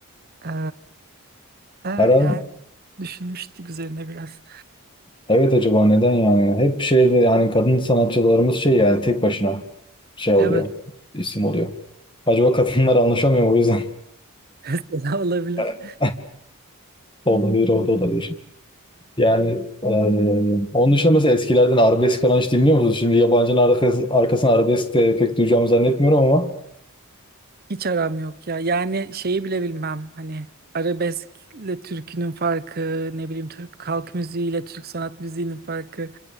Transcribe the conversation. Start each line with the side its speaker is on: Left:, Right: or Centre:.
Right: Ee, e,
Left: Her
Right: yani düşünmüştük üzerine biraz.
Left: evet acaba neden yani? Hep şeyde yani kadın sanatçılarımız şey yani tek başına şey oluyor.
Right: Evet.
Left: isim oluyor. Acaba kadınlar anlaşamıyor mu o yüzden.
Right: <laughs> Mesela olabilir.
Left: <laughs> Olabilir o da olabilir. Yani eee, onun dışında mesela eskilerden arabesk falan hiç dinliyor musunuz? Şimdi yabancının arkası- arkasına arabesk de pek duyacağımı zannetmiyorum ama
Right: Hiç aram yok ya. Yani şeyi bile bilmem. Hani arabeskle türkünün farkı, ne bileyim Türk halk müziğiyle Türk sanat müziğinin farkı.